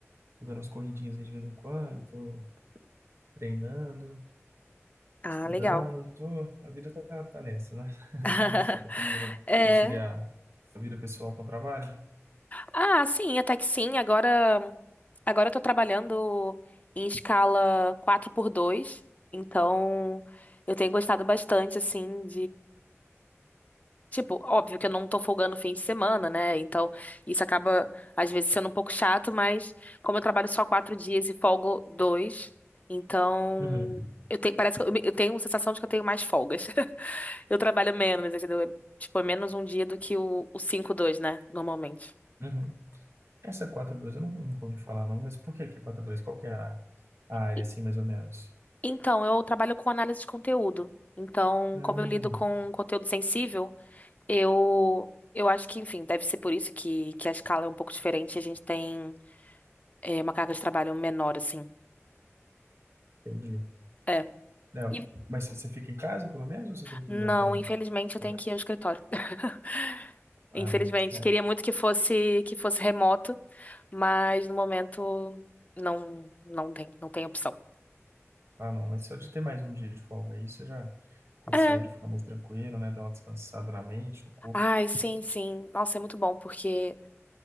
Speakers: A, on the right; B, on the left.
A: tô dando umas corridinhas aí de vez em quando, tô treinando,
B: Ah,
A: estudando,
B: legal.
A: tô, a vida tá, tá nessa, né? <laughs>
B: <laughs>
A: E você, tá conseguindo
B: É.
A: conciliar a vida pessoal com o trabalho?
B: Ah, sim, até que sim. Agora, agora eu tô trabalhando em escala quatro por dois. então eu tenho gostado bastante, assim, Tipo, óbvio que eu não tô folgando fim de semana, né? Então, isso acaba, às vezes, sendo um pouco chato, mas como eu trabalho só quatro dias e folgo dois, então
A: Uhum,
B: eu tenho, parece que eu, me- eu tenho a sensação de que eu tenho mais folgas. <laughs> Eu trabalho menos, entendeu? É, Tipo, é menos um dia do que o, o 5-2, né? Normalmente.
A: uhum. Essa quatro dois eu não, nunca ouvi falar não, mas por que que é 4-2? Qual que é a, a área,
B: E-
A: assim, mais ou menos?
B: Então, eu trabalho com análise de conteúdo. Então,
A: Hum,
B: como eu lido com conteúdo sensível, eu, eu acho que, enfim, deve ser por isso que, que a escala é um pouco diferente. A gente tem. É uma carga de trabalho menor, assim.
A: entendi.
B: É.
A: Não,
B: E-
A: mas você você fica em casa, pelo menos, ou você tem que
B: Não,
A: ir até o-
B: infelizmente
A: os
B: eu
A: lugares?
B: tenho que ir ao escritório. <laughs>
A: Ah,
B: Infelizmente,
A: é.
B: queria muito que fosse que fosse remoto, mas no momento não não tem, não tem opção.
A: Ah, não, mas só de ter mais um dia de folga aí, você já consegue
B: É.
A: ficar mais tranquilo, né? Dar uma descansada na mente, no corpo.
B: Ai, sim, sim. Nossa, é muito bom, porque